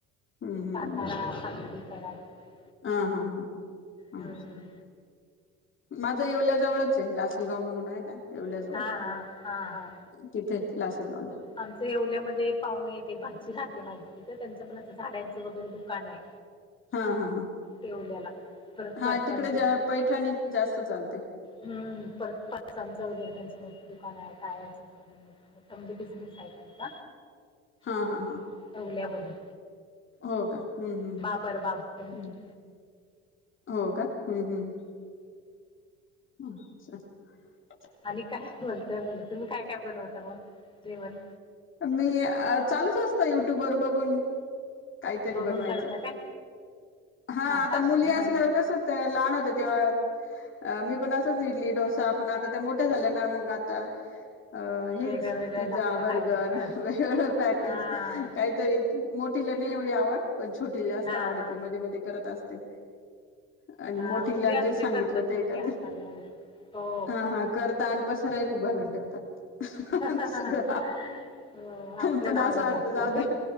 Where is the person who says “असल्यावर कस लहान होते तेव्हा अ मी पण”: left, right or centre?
Left